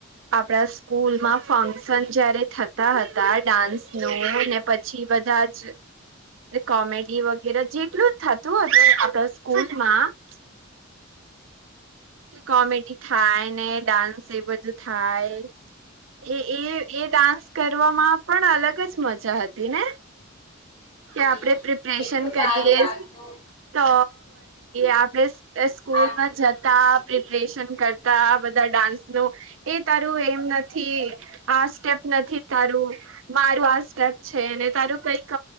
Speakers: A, on the right; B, on the left.
A: આપણા સ્કૂલમાં ફંક્શન જયારે થતા હતા ડાન્સ નું પછી બંધા જ કોમેડી વગેરે જેટલું જ થતું હતું આપણા સ્કૂલમાં કે કોમેડી થાય ને ડાન્સ એ બધું થાય એ એ એ ડાન્સ કરવામાં પણ અલગ જ મજા હતી ને
B: છે
A: કે આપણેે
B: હમ
A: પ્રિપરેેશન
B: કેટલું
A: કરીએે
B: સારું લાગતું
A: તો આપણેે સ્કૂલમાં
B: આપ
A: જતા પ્રિપરેશન કરતા બધા ડાન્સ નો એ તારું એમ નથી આ સ્ટેપ નથી તારું મારું આ સ્ટેપ છે. અને તારું કઈક